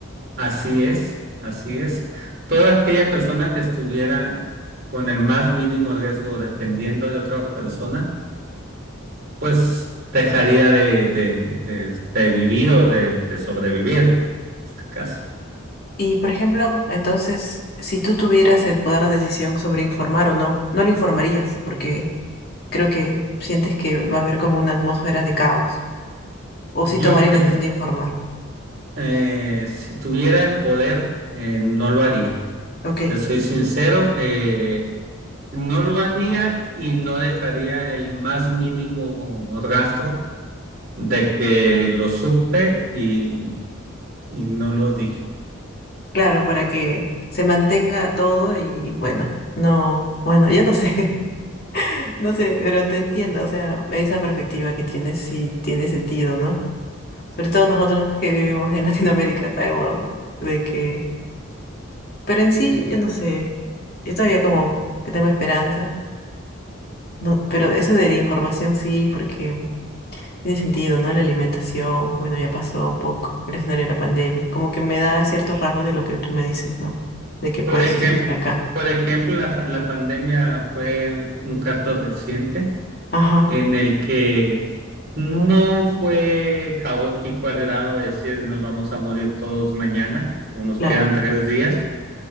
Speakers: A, on the right; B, on the left.
A: así es, así es, toda aquella persona que estuviera con el más mínimo riesgo dependiendo de otra persona, pues dejaría de, de, de, de vivir o de, de sobrevivir en este caso.
B: Y, por ejemplo, entonces, si tú tuvieras el poder de decisión sobre informar o no, no lo informarías, porque creo que sientes que va a haber como una atmósfera de caos, o
A: Yo
B: si tomarías
A: creo,
B: la decisión de informar.
A: eh, si tuviera el poder, eh, no lo haría.
B: Ok,
A: Te soy sincero, eh, No lo haría y no dejaría el más mínimo rastro de que lo supe y, y no lo dije.
B: claro, para que se mantenga todo y bueno, no, bueno, yo no sé, <laughs> no sé, pero te entiendo, o sea, esa perspectiva que tienes sí tiene sentido, ¿no? Sobre todo nosotros que vivimos en <laughs> Latinoamérica, sabemos de que, pero en sí, yo no sé, yo todavía como que tengo esperanza. No, pero eso de la información sí, porque tiene sentido, ¿no? La alimentación, bueno, ya pasó un poco el escenario de la pandemia. Como que me da ciertos rasgos de lo que tú me dices, ¿no? De qué puede
A: Por ejemplo,
B: suceder acá.
A: por ejemplo, la, la pandemia fue un caso reciente
B: Ajá,
A: en el que no fue caótico al grado de decir nos vamos a morir todos mañana o nos
B: claro.
A: quedan tres días,